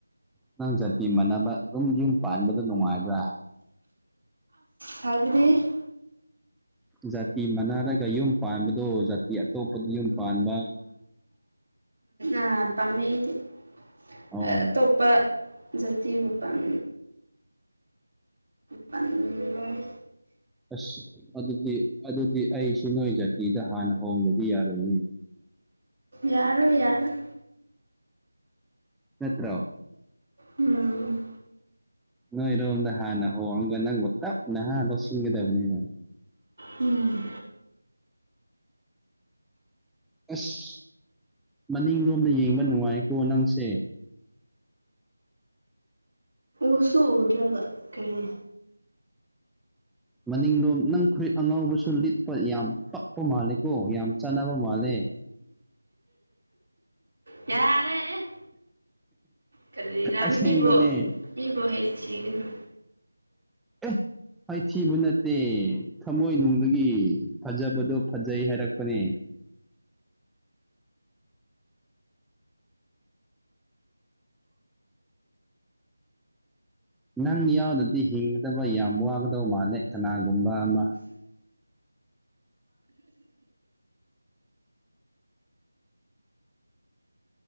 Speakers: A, in the centre; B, on the right (about 60°).
A: ꯅꯪ ꯖꯥꯇꯤ ꯃꯥꯟꯅꯕ ꯑꯗꯨꯝ ꯌꯨꯝ ꯄꯥꯟꯕꯗ ꯅꯨꯡꯉꯥꯏꯕ꯭ꯔꯥ
B: ꯁꯕꯔꯤ <unintelligible>
A: ꯖꯥꯇꯤ ꯃꯅꯥꯔꯒ ꯌꯨꯝ ꯄꯥꯟꯕꯗꯣ ꯖꯥꯇꯤ ꯑꯇꯣꯞꯄꯗ ꯌꯨꯝ ꯄꯥꯟꯕ
B: ꯑ ꯄꯝꯃꯦꯗꯤꯇꯣꯞꯄ
A: ꯑꯣ
B: ꯖꯇꯤ ꯄꯥꯝ ꯄꯜꯂꯣꯏ
A: ꯑꯁ ꯑꯗꯨꯗꯤ ꯑꯗꯨꯗꯤ ꯑꯩꯁꯤ ꯅꯣꯏ ꯖꯥꯇꯤꯗ ꯍꯥꯟꯅ ꯍꯣꯡꯒꯗꯤ ꯌꯥꯔꯣꯏꯅꯤ
B: ꯌꯥꯔꯔꯣꯏ ꯌꯔꯣꯏ
A: ꯅꯠꯇ꯭ꯔꯣ
B: ꯎꯝ
A: ꯅꯣꯏꯔꯣꯝꯗ ꯍꯥꯟꯅ ꯍꯣꯡꯔꯝꯒ ꯅꯪꯒ ꯇꯞ ꯅꯍꯥꯟ ꯂꯧꯁꯤꯟꯒꯗꯕꯅꯤꯅ
B: ꯎꯝ
A: ꯑꯁ ꯃꯅꯤꯡ ꯂꯣꯝꯗ ꯌꯦꯡꯕ ꯅꯨꯡꯉꯥꯏꯀꯣ ꯅꯪꯁꯦ
B: ꯎꯁꯨ ꯎꯗ꯭ꯔꯕ ꯀꯔꯤ
A: ꯃꯅꯤꯡꯂꯣꯝ ꯅꯪ ꯐꯨꯔꯤꯠ ꯑꯉꯧꯕꯁꯨ ꯂꯤꯠꯄ ꯌꯥꯝ ꯄꯛꯄ ꯃꯥꯜꯂꯦꯀꯣ ꯌꯥꯝ ꯆꯥꯟꯅꯕ ꯃꯥꯜꯂꯦ
B: ꯀꯌꯥꯔꯦ ꯀꯔꯤꯔ
A: ꯑꯁꯦꯡꯕꯅꯦ
B: ꯃꯤꯕꯨ ꯃꯤꯕꯨ ꯍꯩꯊꯤꯒꯅꯨ
A: ꯑꯦ ꯑꯩꯩꯊꯤꯕꯨ ꯅꯠꯇꯦ ꯊꯃꯣꯏꯅꯨꯡꯒꯤ ꯐꯖꯕꯗꯣ ꯐꯖꯩ ꯍꯥꯏꯔꯛꯄꯅꯦ ꯅꯪ ꯌꯥꯎꯗꯗꯤ ꯍꯤꯡꯒꯗꯕ ꯌꯥꯝ ꯋꯥꯒꯗꯕ ꯃꯥꯜꯂꯦ ꯀꯅꯥꯒꯨꯝꯕ ꯑꯃ